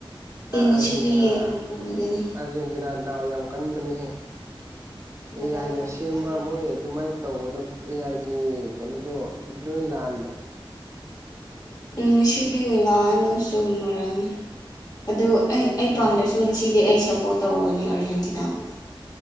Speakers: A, on the left (about 45°); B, on the right (about 30°).
A: ꯑꯩ ꯉꯁꯤꯗꯤ
B: ꯑꯔꯖꯦꯟꯇꯤꯅꯥ
A: ꯌꯦꯡꯉ ꯎꯒꯅꯤ
B: ꯑꯔꯖꯦꯟꯇꯤꯅꯥ ꯌꯥꯝ ꯀꯟꯕꯅꯤꯍꯦ ꯑꯦ
A: ꯃꯗꯥꯎ
B: ꯌꯥꯥꯏꯅ
A: ꯌꯥꯝ
B: ꯁꯦꯝꯕ
A: ꯀꯜꯂꯦ
B: ꯃꯣꯏ ꯑꯗꯨꯃꯥꯏꯅ ꯇꯧꯕꯗꯣ ꯑꯦ ꯑꯥꯏꯒꯤ ꯀꯩꯅꯣꯗꯣ ꯂꯣꯏ ꯂꯥꯟꯕꯅꯦ
A: ꯎꯝ ꯉꯁꯤ ꯂꯥꯑ ꯂꯣꯏ ꯆꯨꯝꯃꯔꯒꯅꯤ ꯑꯗꯨ ꯑꯩ
B: ꯂꯥꯟꯒꯅꯤ
A: ꯑꯩ ꯄꯥꯝꯗ꯭ꯔꯁꯨ
B: ꯂꯥꯟꯒꯅꯤ
A: ꯉꯁꯤ ꯁꯤꯗꯤ ꯑꯩ ꯁꯞꯄꯣꯔꯠ ꯇꯧꯒꯅꯤ ꯑꯔꯖꯦꯟꯇꯤꯅꯥꯗꯣ